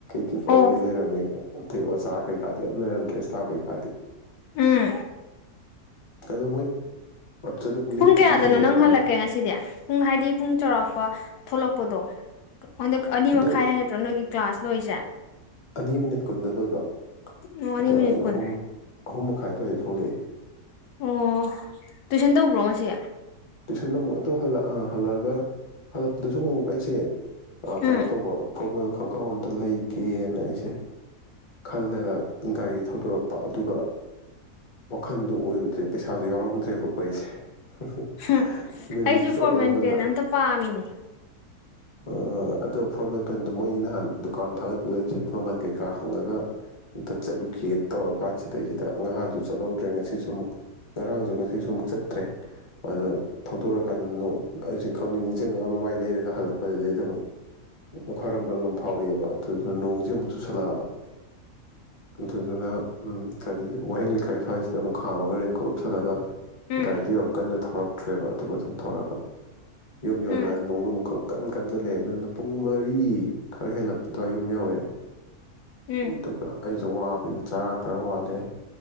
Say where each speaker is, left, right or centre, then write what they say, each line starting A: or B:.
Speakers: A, on the left; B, on the left.
A: ꯀꯤꯞꯄꯔꯗꯨꯗꯤ
B: ꯑꯣ
A: ꯂꯩꯔꯝꯃꯦ ꯎꯇꯦꯛ ꯑꯣꯖꯥ ꯀꯩꯀꯥꯗꯤ ꯑꯝ ꯂꯩꯔꯝꯗ꯭ꯔꯦ ꯁ꯭ꯇꯥꯐ ꯀꯩꯀꯥꯗꯤ
B: ꯎꯝ
A: ꯑꯗꯨ ꯃꯣꯏ ꯑꯗꯨꯗ ꯑꯗꯨꯝ
B: ꯄꯨꯡ
A: ꯂꯦꯛꯄ
B: ꯀꯌꯥꯗꯅꯣ
A: ꯃꯤꯁꯨ ꯂꯩꯕ
B: ꯅꯪ
A: ꯃꯥꯜꯂꯦ
B: ꯍꯜꯂꯛꯀꯦ ꯉꯁꯤꯗꯤ ꯄꯨꯡ ꯍꯥꯏꯗꯤ ꯄꯨꯡ ꯆꯧꯔꯥꯛꯄ ꯊꯣꯛꯂꯛ ꯄꯗꯣ ꯑꯣꯟꯗꯛ ꯑꯅꯤ
A: ꯑꯗꯣ
B: ꯃꯈꯥꯏ ꯍꯥꯏ ꯅꯠꯇ꯭ꯔꯣ ꯅꯣꯏꯒꯤ ꯀ꯭ꯂꯥꯁ ꯂꯣꯏꯁꯦ
A: ꯑꯅꯤ ꯃꯤꯅꯤꯠ ꯀꯨꯟꯗ ꯂꯣꯏꯕ
B: ꯑꯣ
A: ꯑꯗꯣ
B: ꯑꯅꯤ ꯃꯤꯅꯤꯠ
A: ꯑꯩ
B: ꯀꯨꯟ
A: ꯑꯍꯨꯝ ꯑꯍꯨꯝ ꯃꯈꯥꯏ ꯗ꯭ꯋꯥꯏꯗ ꯊꯣꯛꯂꯛꯑꯦ
B: ꯑꯣ ꯇꯨꯏꯁꯟ ꯇꯧꯕ꯭ꯔꯣ ꯉꯁꯤ
A: ꯇꯨꯏꯁꯟ ꯑꯃꯨꯛ ꯑꯗꯨ ꯍꯜꯂ ꯑꯥ ꯍꯜꯂꯛꯑꯒ ꯍꯜꯂꯛꯄꯗꯁꯨ ꯑꯃꯨꯛ ꯑꯩꯁꯦ ꯑꯥ ꯀꯩꯅꯣ
B: ꯎꯝ
A: ꯇꯧꯕ ꯐꯣꯔꯃꯦꯜ ꯈꯣꯡꯒ꯭ꯔꯥꯎ ꯑꯝꯇ ꯂꯩꯒꯦꯅ ꯑꯩꯁꯦ ꯈꯜꯂꯒ ꯒꯥꯔꯤ ꯊꯧꯗꯣꯔꯛꯄ ꯑꯗꯨꯒ ꯋꯥꯈꯟꯗ ꯑꯣꯏꯔꯨꯗ꯭ꯔꯦ ꯄꯩꯁꯥꯁꯨ ꯌꯥꯎꯔꯝꯗ꯭ꯔꯦꯕꯀꯣ ꯑꯩꯁꯦ ꯍꯝꯍꯝ
B: ꯎꯝ
A: ꯗ
B: ꯑꯩꯁꯨ
A: ꯔꯤꯝꯁ
B: ꯐꯣꯔꯃꯦꯜ
A: ꯔꯣꯠ ꯑꯗꯣꯝꯗ
B: ꯄꯦꯟ
A: ꯂ
B: ꯑꯝꯇ ꯄꯥꯝꯃꯤꯅꯦ
A: ꯑꯥ ꯑꯗꯣ ꯐꯣꯔꯃꯦꯜ ꯄꯦꯟꯗꯣ ꯃꯣꯏ ꯅꯍꯥꯟ ꯗꯨꯀꯥꯟ ꯊꯥꯒꯠꯄꯗꯨꯗ ꯑꯩꯁꯦ ꯃꯃꯟ ꯀꯩꯀꯥ ꯍꯪꯉꯒ ꯑꯝꯇ ꯆꯠꯂꯨꯒꯦ ꯇꯧꯔꯀꯥꯟꯁꯤꯗꯩꯁꯤꯗ ꯅꯍꯥꯟꯁꯨ ꯆꯠꯍꯧꯗ꯭ꯔꯦ ꯉꯁꯤꯁꯨ ꯑꯃꯨꯛ ꯉꯔꯥꯡꯁꯨ ꯉꯁꯤꯁꯨ ꯑꯃꯨꯛ ꯆꯠꯇ꯭ꯔꯦ ꯑꯗꯣ ꯊꯧꯗꯣꯔꯀꯥꯟꯗ ꯅꯣ ꯑꯩꯁꯦ ꯈꯪꯅꯤꯡ ꯅꯤꯡꯁꯤꯡꯉꯒ ꯃꯃꯥꯏ ꯂꯩꯔꯛꯄ ꯍꯜꯂꯛꯄꯗꯨꯗꯩꯗ ꯑꯃꯨꯛ ꯈ꯭ꯋꯥꯢꯔꯝꯕꯟ ꯂꯣꯝ ꯐꯥꯎꯔꯛꯑꯦꯕ ꯑꯗꯨꯗꯨꯅ ꯅꯣꯡꯁꯦ ꯑꯃꯨꯛ ꯆꯨꯁꯜꯂꯛꯑꯕ ꯑꯗꯨꯗꯨꯅ ꯎꯝ ꯀꯔꯤ ꯋꯥꯍꯦꯡ ꯂꯩꯀꯥꯏ ꯁ꯭ꯋꯥꯏꯁꯤꯗ ꯑꯃꯨꯛ ꯈꯥꯥꯝꯃꯒ ꯔꯦꯟꯀꯣꯠ ꯎꯞꯁꯜꯂꯒ
B: ꯎꯝ
A: ꯒꯥꯔꯤꯗꯨ ꯌꯥꯝ ꯀꯟꯅ ꯊꯧꯔꯛꯇ꯭ꯔꯦꯕ ꯑꯗꯨꯒ ꯑꯗꯨꯝ ꯊꯧꯔꯒ ꯌꯨꯝ ꯌꯧꯔꯝꯗꯥꯏꯗ
B: ꯎꯝ
A: ꯅꯣꯡꯗꯣ ꯑꯃꯨꯛ ꯈꯪ ꯀꯟ ꯀꯟꯁꯤꯜꯂꯛꯑꯦ ꯑꯗꯨꯅ ꯄꯨꯡ ꯃꯔꯤ ꯈꯔ ꯍꯦꯜꯂꯛ ꯑꯗ꯭ꯋꯥꯢ ꯌꯨꯝ ꯌꯧꯑꯦ
B: ꯎꯝ
A: ꯑꯗꯨꯒ ꯑꯩꯁꯨ ꯋꯥꯕꯅꯤꯅ ꯆꯔꯥ ꯈꯔ ꯋꯥꯜꯂꯦ